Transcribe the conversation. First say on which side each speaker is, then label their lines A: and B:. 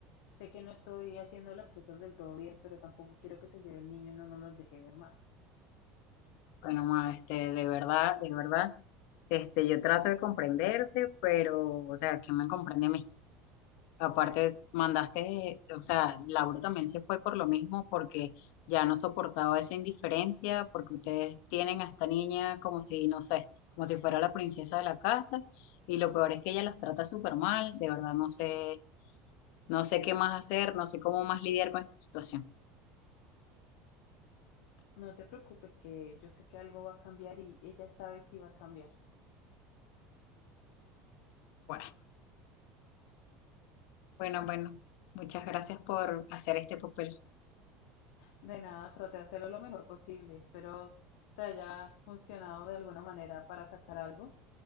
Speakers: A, on the left; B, on the left.
A: Sé que no estoy haciendo las cosas del todo bien, pero tampoco quiero que se lleve el niño y no nos los deje ver más.
B: Bueno, ma, este, de verdad, de verdad, este, yo trato de comprenderte, pero, o sea, ¿quién me comprende a mí? Aparte, mandaste, o sea, Laura también se fue por lo mismo, porque ya no soportaba esa indiferencia, porque ustedes tienen a esta niña como si, no sé, como si fuera la princesa de la casa, y lo peor es que ella las trata súper mal, de verdad, no sé, no sé qué más hacer, no sé cómo más lidiar con esta situación.
A: No te preocupes, que yo sé que algo va a cambiar y ella esta vez sí va a cambiar.
B: bueno Bueno, bueno, muchas gracias por hacer este papel.
A: De nada, traté de hacerlo lo mejor posible. Espero te haya funcionado de alguna manera para sacar algo.